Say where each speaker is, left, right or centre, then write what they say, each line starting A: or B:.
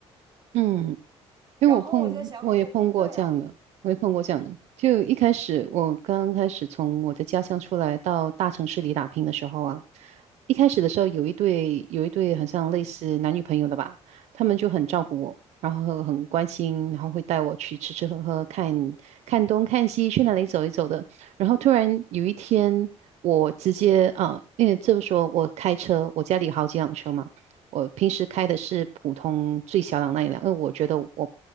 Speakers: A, on the right; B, on the right.
A: 嗯。因为我碰，
B: 然后我就在想，
A: 我也碰过这样的，
B: 我说对呀、
A: 我也碰过这样的。就一开始，我刚开始从我的家乡出来到大城市里打拼的时候啊，一开始的时候有一对有一对很像类似男女朋友的吧，他们就很照顾我，然后很关心，然后会带我去吃吃喝喝，看看东看西，去哪里走一走的。然后突然有一天，我直接啊，因为这么说，我开车，我家里有好几辆车嘛。我平时开的是普通最小档那一辆，因为我觉得我